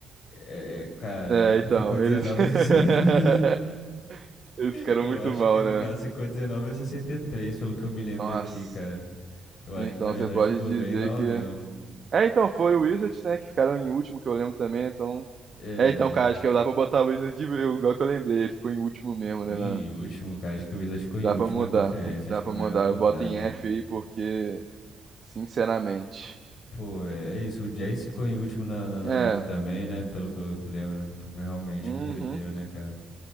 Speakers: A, on the left; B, on the right.
A: É, cara,
B: É,
A: eu acho que
B: então,
A: ficou 19
B: eles... <laughs>
A: a 63.
B: Eles ficaram
A: <laughs> Eu
B: muito
A: acho
B: mal,
A: que no
B: né?
A: caso ficou 19 a 63, pelo que eu me lembro
B: Nossa.
A: aqui, cara. Eu acho
B: Então,
A: que na verdade
B: você pode
A: ficou
B: dizer
A: bem mal
B: que...
A: mesmo.
B: É, então, foi o Wizards, né, que ficaram em último, que eu lembro também, né, então...
A: É.
B: É, então, cara, acho que dá pra botar o Wizards, de- eu, igual que eu lembrei, ele ficou em último mesmo,
A: Ficou
B: né,
A: em
B: na-
A: último, cara. Acho que o Wizards ficou em
B: dá
A: último
B: pra mudar,
A: na conferência. Acho
B: dá
A: que
B: pra
A: é melhor
B: mudar,
A: mudar,
B: eu boto em
A: né?
B: F aí, porque, sinceramente...
A: Pô, é, é isso. O Jazz ficou em último na, na, na
B: É,
A: outra também, né? Pelo que eu lembro. Realmente,
B: uhum.
A: que doideira, né, cara?